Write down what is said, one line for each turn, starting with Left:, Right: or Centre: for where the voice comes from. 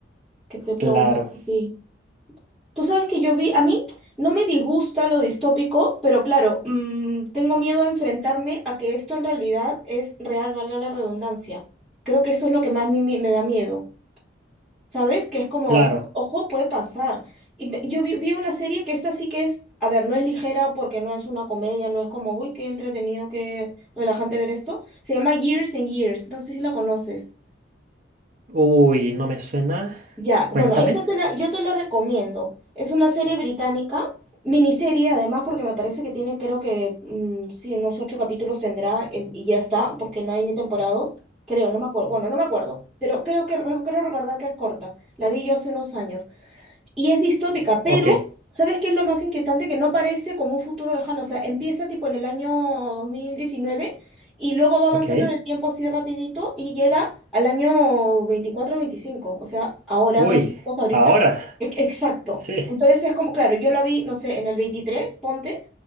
Centre: que te preguntaría
Right: claro,
Centre: a ti. Tú sabes que yo vi, a mí no me disgusta lo distópico, pero claro, mm, tengo miedo a enfrentarme a que esto en realidad es real, valga la redundancia. Creo que eso es lo que más a mí me me da miedo. ¿Sabes? Que es como,
Right: claro.
Centre: esto, ojo, puede pasar. Y me- yo vi, vi una serie que esta sí que es, a ver, no es ligera porque no es una comedia, no es como, uy, qué entretenido, qué relajante ver esto. Se llama Years and Years, no sé si la conoces.
Right: Uy, no me suena.
Centre: Ya,
Right: Cuéntame.
Centre: bueno, esta te la- yo te la recomiendo. Es una serie británica, miniserie además, porque me parece que tiene, creo que, mm, sí, unos ocho capítulos tendrá eh, y ya está, porque no hay ni temporadas, creo, no me acuerdo, bueno, no me acuerdo, pero creo que, creo recordar que es corta. La vi yo hace unos años. Y es distópica, pero
Right: Ok,
Centre: ¿sabes qué es lo más inquietante? Que no parece como un futuro lejano, o sea, empieza tipo en el año 2019 y luego va avanzando
Right: ok.
Centre: en el tiempo así rapidito y llega al año 24 o 25, o sea, ahora
Right: Uy,
Centre: donde estamos ahorita.
Right: ahora,
Centre: E- Exacto.
Right: sí.
Centre: Entonces es como, claro, yo lo vi, no sé, en el 23, ponte,